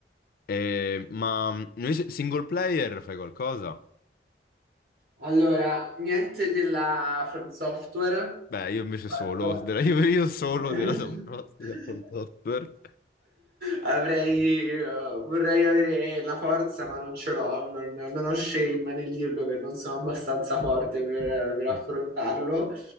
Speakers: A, on the left (about 55°); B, on the right (about 55°).
A: Eh, ma invece single player fai qualcosa?
B: Allora, niente della From Software.
A: Beh, io invece
B: Calcola.
A: solo, <laughs> della, io, io solo
B: <laughs>
A: della Sun Pro- della Front Software.
B: Avrei, eh, vorrei avere la forza, ma non ce l'ho, non, non ho shame nel dirlo che non sono abbastanza forte per, per affrontarlo.
A: Sì.